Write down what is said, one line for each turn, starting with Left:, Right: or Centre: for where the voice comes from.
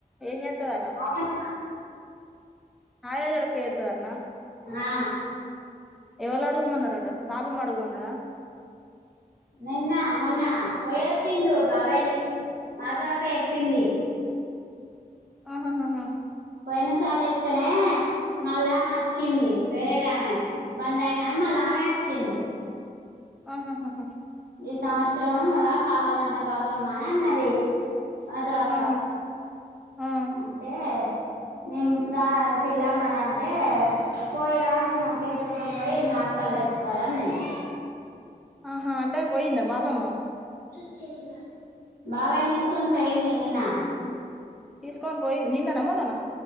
Centre: ఏం చేస్తుందట
Right: <unintelligible>
Centre: ఆయా ల లెక్క చేతదటన
Right: ఆ
Centre: ఎవళ్ అడుగు మన్నారట బాపమ్మ అడుగు మన నదా
Right: నిన్న మొన్న పోయొచ్చిండు బాబాయ్ని తీసుకో వాసవక్క చెప్పింది
Centre: ఆ హాహాహా
Right: పోయిన సారి చెప్తేనే మళ్ళా ఆమె అచ్చింది వేరేటామే బంద్ అయింది మ్మలానే వచ్చింది
Centre: ఆ హాాహాహ
Right: ఈ సంవత్సరం కూడా కావాలనే బాపమ్మ అని అన్నది, మాజా అక్క,
Centre: ఆ ఆ
Right: అంటే నిం రరాదు పిల్ల, మరి అంటే పోయిరా నేను కేశవపురం పోయి మామిడి కాయలు తేచ్చుకోవాలే అన్నది,
Centre: ఆహా అంటే పోయిందా బాపమ్మా,
Right: త చల్ నాకు బాబాయిని తిసుకొని, పోయి నీ ఇన్న,
Centre: తీసుకొని పోయి నిన్న నా మ్మోన్నాన్న